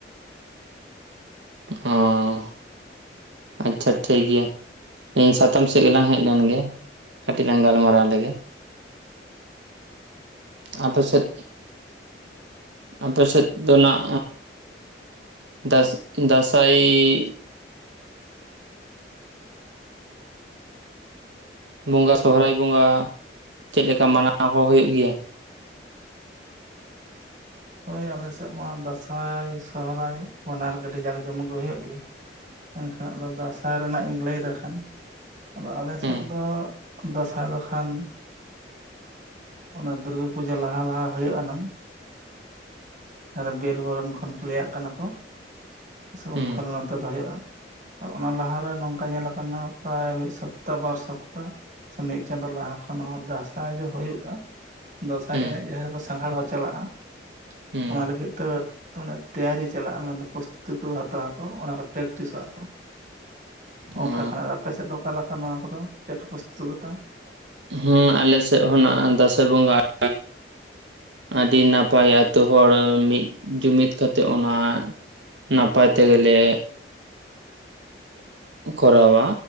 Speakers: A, on the right; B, on the right.
A: ᱦᱚᱸᱻ ᱟᱪᱪᱷᱟ ᱴᱷᱤᱠ ᱜᱮᱭᱟ ᱤᱧ ᱥᱟᱛᱟᱢ ᱥᱮᱫ ᱜᱮᱞᱟᱝ ᱦᱮᱡ ᱞᱮᱱ ᱜᱮ ᱠᱟᱹᱴᱤᱡ ᱞᱟᱝ ᱜᱟᱞᱢᱟᱨᱟᱣ ᱞᱮᱜᱮ ᱟᱯᱮ ᱥᱮᱫ ᱟᱯᱮ ᱥᱮᱫ ᱫᱚ ᱱᱟᱜ ᱫᱟᱥ ᱫᱟᱸᱥᱟᱭ ᱵᱚᱸᱜᱟ ᱥᱚᱦᱚᱨᱟᱭ ᱵᱚᱸᱜᱟ ᱪᱮᱫ ᱞᱮᱠᱟ ᱢᱟᱱᱟᱣ ᱠᱚ ᱦᱩᱭᱩᱜ ᱜᱮᱭᱟ?
B: ᱦᱳᱭ ᱟᱞᱮ ᱥᱮᱫ ᱢᱟ ᱫᱟᱸᱥᱟᱭ ᱥᱚᱦᱚᱨᱟᱭ ᱵᱟᱱᱟᱨ ᱜᱮ ᱟᱹᱰᱤ ᱡᱟᱠ ᱡᱚᱢᱚᱠ ᱜᱮ ᱦᱩᱭᱩᱜ ᱜᱮᱭᱟ ᱢᱮᱱ ᱠᱷᱟᱱ ᱟᱫᱚ ᱫᱟᱸᱥᱟᱭ ᱨᱮᱱᱟᱜ ᱤᱧ ᱞᱟᱹᱭ ᱫᱟ ᱠᱷᱟᱱ ᱟᱫᱚ ᱟᱞᱮ
A: ᱦᱩᱸ
B: ᱥᱮᱫ ᱫᱚ ᱫᱟᱸᱥᱟᱭ ᱫᱚ ᱠᱷᱟᱱ ᱚᱱᱟ ᱫᱩᱨᱜᱟᱹ ᱯᱩᱡᱟᱹ ᱞᱟᱦᱟ ᱞᱟᱦᱟ ᱦᱩᱭᱩᱜ-ᱟ ᱱᱟᱝ ᱟᱫᱚ ᱵᱮᱞ ᱵᱚᱨᱚᱱ ᱠᱷᱚᱱ ᱯᱮ ᱞᱮᱭᱟᱜ ᱠᱟᱱᱟ ᱠᱚ ᱥᱮ
A: ᱦᱩᱸ
B: ᱩᱱ ᱠᱷᱚᱱ ᱱᱚᱛᱮ ᱫᱚ ᱦᱩᱭᱩᱜᱼᱟ ᱚᱱᱟ ᱞᱟᱦᱟᱨᱮ ᱱᱚᱝᱠᱟ ᱧᱮᱞ ᱠᱟᱱᱟ ᱯᱨᱟᱭ ᱢᱤᱫ ᱥᱚᱯᱛᱟ ᱵᱟᱨ ᱥᱚᱯᱛᱟ ᱥᱮ ᱢᱤᱫ ᱪᱟᱸᱫᱳ ᱞᱟᱦᱟ ᱠᱷᱚᱱ ᱦᱚᱸ ᱫᱟᱸᱥᱟᱭ ᱡᱮ ᱦᱩᱭᱩᱜᱼᱟ ᱫᱟᱸᱥᱟᱭ
A: ᱦᱩᱸ
B: ᱮᱱᱮᱡ ᱡᱟᱦᱟᱸ ᱨᱮᱠᱚ ᱥᱟᱸᱜᱷᱟᱨ ᱠᱚ ᱪᱟᱞᱟᱜᱼᱟ
A: ᱦᱩᱸ
B: ᱚᱱᱟ ᱞᱟᱹᱜᱤᱫ ᱛᱮ ᱢᱟᱱᱮ ᱛᱮᱭᱟᱨᱤ ᱪᱟᱞᱟᱜᱼᱟ ᱢᱮᱱᱫᱚ ᱯᱚᱥᱛᱩ ᱠᱚ ᱦᱟᱛᱟᱣᱟ ᱠᱚ ᱚᱱᱟ ᱠᱚ ᱯᱨᱮᱠᱴᱤᱥᱚᱜᱼᱟ ᱠᱚ ᱚᱱᱠᱟ
A: ᱚ
B: ᱠᱷᱟᱱ ᱟᱫᱚ ᱟᱯᱮ ᱥᱮᱫ ᱫᱚ ᱚᱠᱟ ᱞᱮᱠᱟ ᱱᱚᱣᱟ ᱠᱚᱫᱚ ᱪᱮᱫ ᱠᱟ ᱯᱨᱚᱥᱛᱩᱛᱟ ᱦᱟᱛᱟᱣᱟ
A: ᱦᱮᱸ ᱟᱞᱮ ᱥᱮᱫ ᱦᱚᱱᱟᱜ ᱫᱟᱸᱥᱟᱭ ᱵᱚᱸᱜᱟ <inaudible> ᱟᱹᱰᱤ ᱱᱟᱯᱟᱭ ᱟᱹᱛᱳ ᱦᱚᱲ ᱢᱤᱫ ᱡᱩᱢᱤᱫ ᱠᱟᱛᱮᱫ ᱚᱱᱟ ᱱᱟᱯᱟᱭ ᱛᱮ ᱜᱮᱞᱮ ᱠᱚᱨᱟᱣᱟ